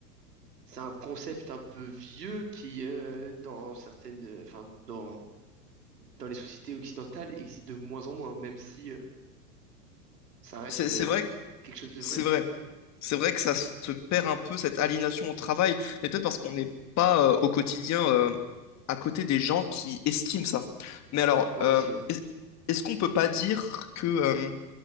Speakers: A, on the right; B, on the left.
A: c'est un concept un peu vieux qui euh, dans certaines euh, enfin dans dans les sociétés occidentales existe de moins en moins même si euh, ça reste
B: C'est
A: euh,
B: c'est vrai,
A: quelque chose de
B: c'est
A: vrai.
B: vrai. c'est vrai que ça se perd un peu, cette aliénation au travail, mais peut-être parce qu'on n'est pas euh, au quotidien euh, à côté des gens qui estiment ça. Mais alors,
A: Ouais
B: euh,
A: aussi ouais.
B: est- est-ce qu'on peut pas dire que, euh,